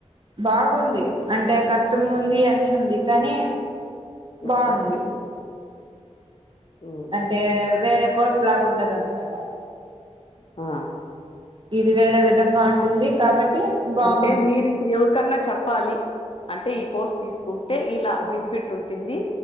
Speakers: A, on the right (about 45°); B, on the left (about 50°).
A: బాగుంది అంటే కష్టం ఉంది అన్నిీ ఉంది కానీ
B: ఓకే
A: బాంది
B: ఉమ్
A: అంటే వేరే కోర్స్ లాగాండదున్నమాట
B: ఆ
A: ఇది వేరే విధంగా ఉంటుంది కాబట్టి బాగుంది
B: అంటే మీరు ఇప్పుడు ఎవర్ కన్నా చెప్పాలి అంటే ఈ కోర్స్ తీసుకుంటే ఇలా బెనిఫిట్ ఉంటుంది